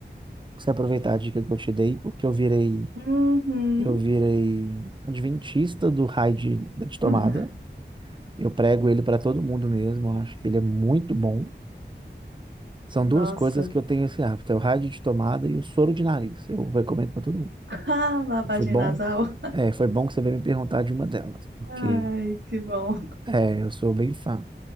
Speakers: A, on the right; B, on the right.
A: você aproveitar a dica que eu te dei, porque eu virei,
B: Uhum.
A: eu virei adventista do raio de, da de tomada.
B: <laughs>
A: Eu prego ele para todo mundo mesmo, eu acho que ele é muito bom. São
B: Nossa.
A: duas coisas que eu tenho esse hábito, é o raio de tomada e o soro de nariz. Eu recomendo para todo mundo.
B: Ah, lavagem
A: Foi bom,
B: nasal.
A: é, foi bom que você veio me perguntar de uma delas, porque
B: Ai, que bom.
A: é, eu sou bem fã.